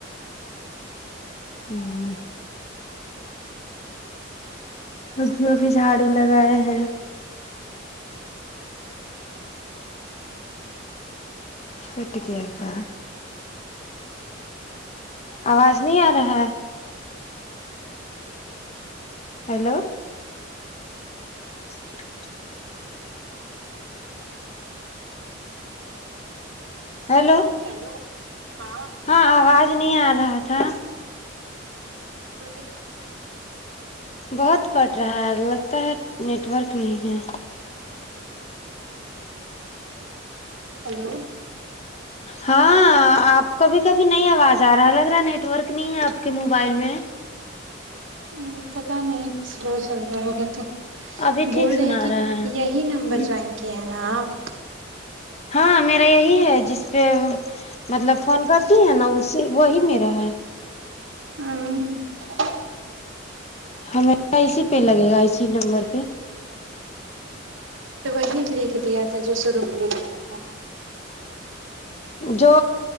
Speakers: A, on the left; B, on the right.
A: ہوں ابھی ابھی جھاڑو لگائے ہیں کٹ گیا تھا آواز نہیں آ رہا ہیلو <inaudible> ہلو
B: ہیلو ہاں
A: ہاں آواز نہیں آ رہا تھا
B: <unintelligible>
A: بہت کٹ رہا ہے لگتا ہے نیٹ ورک نہیں ہے
B: ہلو
A: ہاں آپ کو بھی کبھی نہیں آواز آ رہا لگ رہا ہے نیٹ ورک نہیں ہے آپ کے موبائل میں
B: ہوں پتا نہیں سرو سر رہا ہوگا تو
A: ابھی ٹھیک
B: بول
A: سنا
B: رہے ہیں کہ
A: رہا
B: یہی نمبر
A: ہے
B: جوائن کیے ہیں نا آپ
A: ہاں میرا یہی ہے جس پہ مطلب فون کرتی ہے نا اسی وہی میرا ہے
B: ہوں
A: ہمیں نہ اسی پہ لگے گا اسی نمبر پہ
B: تو وہی لکھ دیا تھا جو سروع میں دیا تھا
A: جو